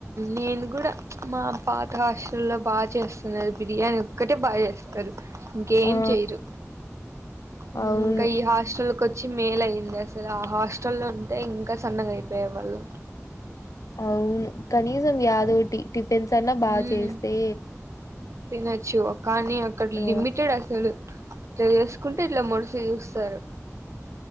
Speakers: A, on the right; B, on the left.
A: నేను కూడా మా పాత హాస్టల్లో బాగా చేస్తున్నారు బిర్యానీ ఒక్కటే బాగ చే తరు ఇంకేం
B: ఆ
A: చేయరు యూ
B: అవును
A: ఇంకా ఈ హాస్టల్ కి వచ్చి మెయిల్ అయింది అసలు ఆ హాస్టల్లో ఉంటే ఇంకా సన్నగ అయిపోయే వాళ్ళం
B: అవును కనీసం యాదో ఓటి టిఫిన్స్ అన్నా బాగా
A: మ్మ్
B: చేస్తే
A: తినొచ్చు కానీ అక్కడ
B: ఆ
A: లిమిటెడ్ అసలు తెల్లస్ కుంటే ఇట్ల మోడసి చూస్తారు